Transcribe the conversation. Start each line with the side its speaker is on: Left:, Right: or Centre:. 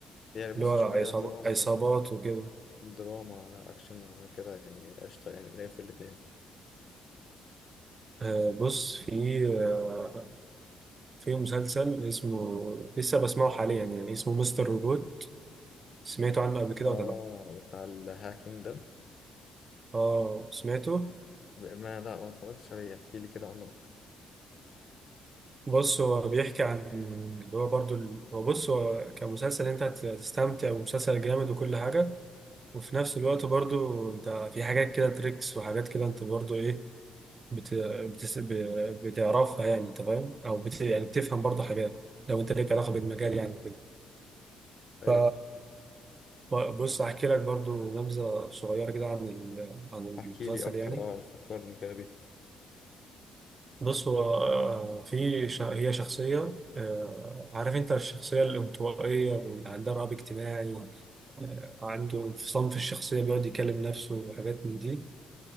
Left: يعني بص
Right: اللي هو
Left: شوية
Right: عصاب-
Left: دراما
Right: عصابات
Left: مثلا
Right: وكده
Left: دراما على أكشن على كده يعني قشطة يعني اللي هي في الاتنين
Right: أه بص في أه في مسلسل اسمه لسه بسمعه حاليا يعني اسمه مستر روبوت سمعته عنه قبل كده
Left: آه
Right: ولا لا
Left: بتاع الهاكينج ده
Right: اه سمعته
Left: ب- ما لا ما اتفرجتش عليه احكي لي كده عنه أكتر
Right: بص هو بيحكي عن اللي هو برضو ال- هو بص هو كمسلسل انت هت- هتستمتع ومسلسل جامد وكل حاجة وفي نفس الوقت برضو انت في حاجات كده تريكس وحاجات كده انت برضو ايه بت... بتس... ب... بتعرفها يعني انت فاهم او بت... يعني بتفهم برضو حاجات لو انت ليك علاقة بالمجال يعني كده
Left: أيوه
Right: ف ب- بص هحكي لك برضو نبذة صغيرة كده عن ال... عن
Left: احكي
Right: المسلسل
Left: لي أكتر
Right: يعني
Left: أه فكرني كده بيه
Right: بص هو آه، في ش... هي شخصية آه، عارف انت الشخصية الانطوائية اللي عندها رهاب اجتماعي آه، عنده انفصام في الشخصية بيقعد يكلم نفسه وحاجات من دي